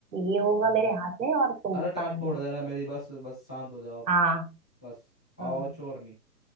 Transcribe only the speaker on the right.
ये होगा मेरे हाथ में और तुम
सामने
हाँ
हाँ